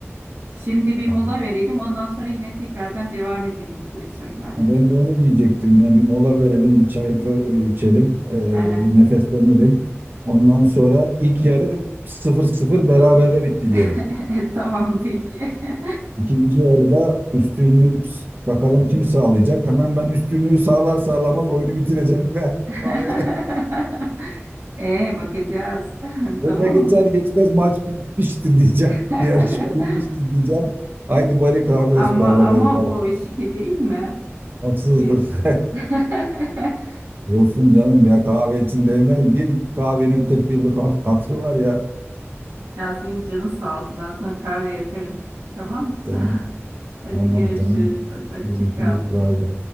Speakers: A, on the right (about 85°); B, on the right (about 45°).
A: Şimdi bir mola
B: Vallahi.
A: verelim ondan sonra yine tekrardan devam edelim kuyu sorularını.
B: Ha, Ben de onu diyecektim ya bir mola verelim bir çay ço- içelim eee,
A: Evet.
B: bir nefeslenelim. Ondan sonra ilk yarı sıfır sıfır berabere bitti diyelim.
A: <laughs> Tamam peki. <laughs>
B: İkinci yarıda üstünlük s- bakalım kim sağlayacak. Hemen ben üstünlüğü sağlar sağlamaz oyunu bitireceğim <laughs> ve hemen
A: <laughs>
B: kahveye
A: Ee, bakacağız. <laughs>
B: öne
A: Tamam.
B: geçer geçmez maç bitmiştir diyeceğim.
A: <laughs>
B: <laughs> Yarışma bitmiştir diyeceğim. Haydi bari kahve
A: Ama
B: ısmarlamaya
A: ama
B: yapalım.
A: bu şike değil mi?
B: Haksızlık.
A: Şike. <laughs>
B: <laughs> Olsun canım ya kahve için değmez. Bir kahvenin 40 yıllık hat- hatırı var ya.
A: Ya senin canın sağ olsun. Ben sana kahve yaparım. Tamam.
B: Yaptım.
A: <laughs> Hadi
B: Tamam
A: görüşürüz.
B: tamam.
A: Hadi
B: Görüşürüz.
A: hoşça kal.
B: Bay bay.